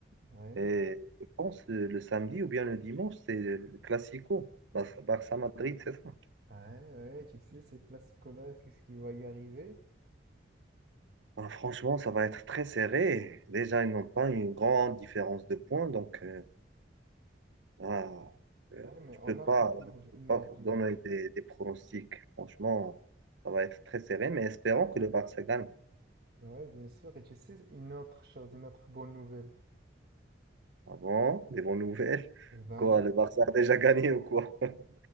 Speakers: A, on the right; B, on the right.
A: ouais,
B: Et je pense euh, le samedi ou bien le dimanche, c'est le Classico, Bar- Barça-Madrid, c'est ça.
A: ouais, ouais, tu sais, ce classico-là, qu'est-ce qui va y arriver?
B: Alors, franchement, ça va être très serré. Déjà, ils n'ont pas une grande différence de points, donc euh, Ah, euh,
A: Ouais, mais
B: je
A: on
B: peux
A: a
B: pas,
A: une marge,
B: je peux
A: une marge.
B: pas vous donner des, des pronostics. Franchement, ça va être très serré, mais espérons que le Barça gagne.
A: Ouais, bien sûr. Et tu sais, une autre chose, une autre bonne nouvelle.
B: Avant, des bonnes nouvelles.
A: Eh ben,
B: Quoi,
A: mec,
B: le Barça
A: <laughs>
B: a déjà gagné ou quoi? <laughs>